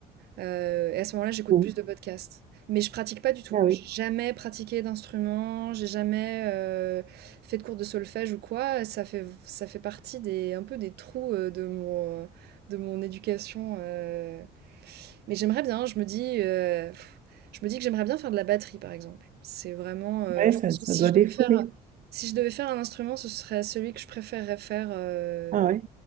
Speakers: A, on the right; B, on the right.
A: heu et à ce moment-là, j'écoute
B: ou-
A: plus de podcasts. Mais je pratique pas du tout.
B: Ah oui.
A: J'ai jamais pratiqué d'instrument, j'ai jamais, heu, fait de cours de solfège ou quoi. Ça fait ça fait partie des un peu des trous, heu, de mon, de mon éducation, heu mais j'aimerais bien, je me dis, heu, je me dis que j'aimerais bien faire de la batterie, par exemple. C'est vraiment, heu,
B: Ouais,
A: je
B: ça,
A: pense
B: ça
A: que si
B: doit
A: je
B: défouler.
A: devais faire si je devais faire un instrument, ce serait celui que je préférerais faire, heu,
B: Ah ouais.